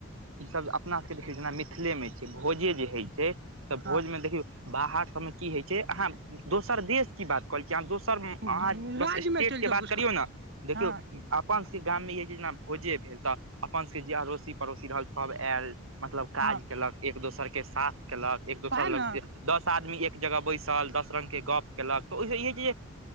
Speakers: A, on the right; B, on the right.
A: ईसभ अपना सभके देखियौ जेना मिथिलेमे छै भोजे जे होइ छै तऽ भोजमे
B: हँ
A: देखियौ बाहर सबमे की होइ छै अहाँ दोसर देश की बात कह छी हम दोसर
B: राज्य
A: अह ब स्टेट
B: मे चलि
A: के
B: जाउ
A: बात करियौ ने देखौ
B: हँ
A: अ अपन सभके गाममे इहे जेना भोजे भेल तऽ अपन सभके जे अड़ोसी-पड़ोसी रहल सभ आयल। मतलब काज
B: हँ
A: केलक एक दोसर के साथ केलक एक दोसर
B: ओएह
A: लग
B: ने
A: जे दस आदमी एक जगह बैसल दस रङंगगके गप्प केलक तऽ ओहिसँ ई होइ छै जे